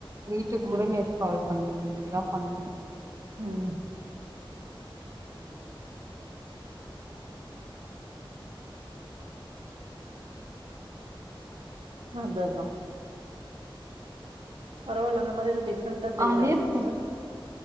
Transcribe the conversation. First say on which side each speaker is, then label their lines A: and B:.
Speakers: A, on the right (about 35°); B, on the right (about 80°).
A: வீட்டுக்கு
B: ம்
A: கூட நேத்து கால் பண்ல இனிமே தா பண்ணு
B: ம் அததா பரவால்ல அந்த மாரில டிஃப்ரெண்ட்டா செய்றாங்க
A: அதே
B: அவுங்க
A: ப